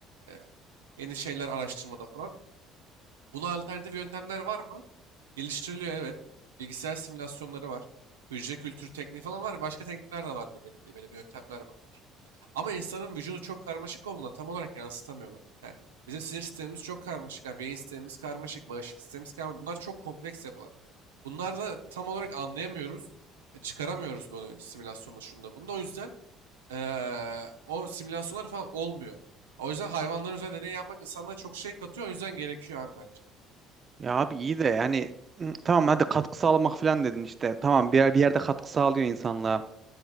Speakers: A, on the right; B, on the right.
A: e, yeni şeyler araştırmada falan. Buna alternatif yöntemler var mı? Geliştiriliyor evet. Bilgisayar simülasyonları var. Hücre kültürü tekniği falan var. Başka teknikler de vardır benim bilmediğim yöntemler vardır. Ama insanın vücudu çok karmaşık olduğuna tam olarak yansıtamıyorlar. Yani bizim sinir sistemimiz çok karmaşık. Yani beyin sistemimiz karmaşık, bağışıklık sistemimiz karmaşık. Bunlar çok kompleks yapılar. Bunlarla tam olarak anlayamıyoruz. e, Çıkaramıyoruz böyle simülasyonla şunda bunda. O yüzden eee, o simülasyonlar falan olmuyor. O yüzden hayvanların üzerinde deney yapmak insanlara çok şey katıyor. O yüzden gerekiyor abi bence.
B: Ya abi iyi de yani m, tamam hadi katkı sağlamak falan dedin işte. Tamam bir yer, bir yerde katkı sağlıyor insanlığa.